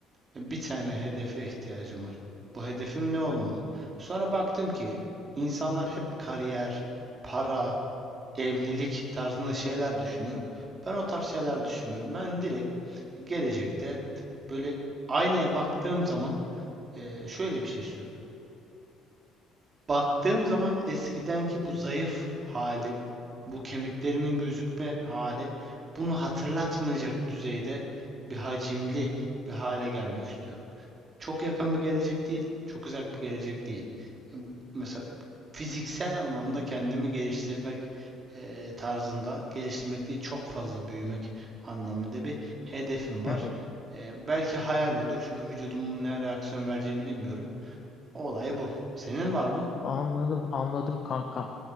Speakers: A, on the right; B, on the left.
A: bir tane hedefe ihtiyacım var. Bu hedefim ne olmalı? Sonra baktım ki insanlar hep kariyer, para, evlilik tarzında şeyler düşünüyor. Ben o tarz şeyler düşünmüyorum. Ben direkt gelecekte böyle aynaya baktığım zaman eee, şöyle bir şey istiyorum. Baktığım zaman eskidenki bu zayıf halim, bu kemiklerimin gözükme hali bunu hatırlatmayacak düzeyde bir hacimli bir hale gelmek istiyorum. Çok yakın bir gelecek değil, çok uzak bir gelecek değil. E, Mesela fiziksel anlamda kendimi geliştirmek e, tarzında geliştirmek değil, çok fazla büyümek anlamında bir hedefim
B: <laughs>
A: var. E, belki hayal olur çünkü vücudumun ne reaksiyon vereceğini bilmiyorum. O Olay bu. Senin var mı?
B: Anladım, anladım kankam.